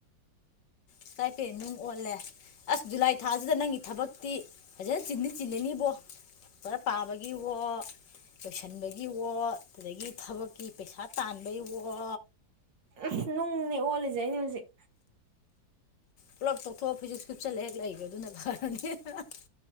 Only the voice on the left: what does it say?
ꯏꯁꯇꯥꯢꯄꯦꯟ ꯅꯨꯡ ꯑꯣꯜꯂꯦ ꯑꯁ ꯖꯨꯂꯥꯏ ꯊꯥꯖꯤꯗ ꯅꯪꯒꯤ ꯊꯕꯛꯇꯤ ꯐꯖꯅ ꯆꯤꯟꯗꯤ ꯆꯤꯟꯅꯅꯤꯕꯣ ꯄꯔ ꯄꯥꯕꯒꯤꯑꯣ ꯂꯣꯏꯁꯟꯕꯒꯤꯑꯣ ꯑꯗꯒꯤ ꯊꯕꯛꯀꯤ ꯄꯩꯁꯥ ꯇꯥꯟꯕꯒꯤꯋꯣ
ꯄꯨꯂꯞ ꯇꯧꯊꯣꯛꯑ ꯐꯩꯖꯨꯞ ꯁꯨꯨꯞꯆꯜꯂ ꯍꯦꯛ ꯂꯩ꯭ꯒꯔꯦ ꯑꯗꯨꯅ ꯐꯔꯅꯤ <unintelligible>